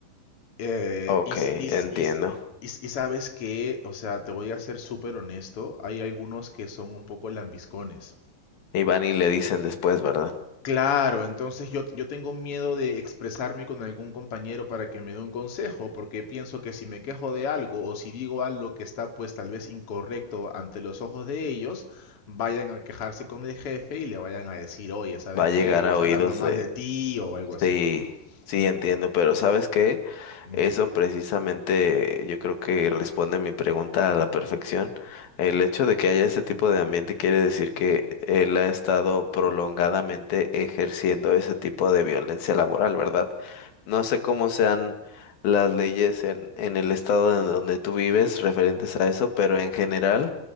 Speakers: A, on the left; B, on the left.
A: Eh,
B: ok,
A: y, s- y s-
B: entiendo.
A: y s- y s- y sabes que, o sea, te voy a ser súper honesto, hay algunos que son un poco lambiscones.
B: Y van y le dicen después, ¿verdad?
A: Claro, entonces yo, yo tengo miedo de expresarme con algún compañero para que me dé un consejo, porque pienso que si me quejo de algo o si digo algo que está pues tal vez incorrecto ante los ojos de ellos, vayan a quejarse con el jefe y le vayan a decir, oye, ¿sabes
B: Va a
A: qué?
B: llegar
A: Ellos
B: a
A: hablando
B: oídos
A: mal
B: de,
A: de ti o algo así.
B: Sí, sí,
A: Ujú,
B: entiendo, pero ¿sabes qué?
A: ujú,
B: Eso precisamente yo creo que responde mi pregunta a la perfección. El hecho de que haya ese tipo de ambiente quiere decir que él ha estado prolongadamente ejerciendo ese tipo de violencia laboral, ¿verdad? No sé cómo sean las leyes en, en el estado en donde tú vives referentes
A: ujú,
B: a eso, pero en general